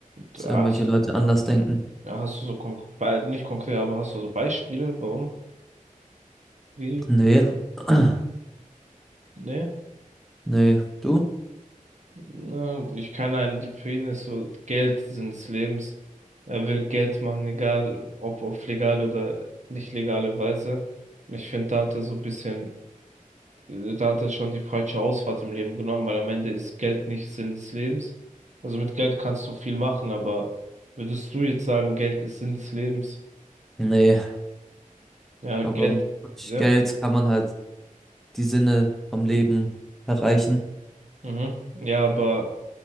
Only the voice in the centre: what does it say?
dass
irgendwelche
Leute anders denken.
Nee. <clears throat>
Nee. Du?
Nee.
Aber
mit
Geld
kann man halt die Sinne vom Leben erreichen.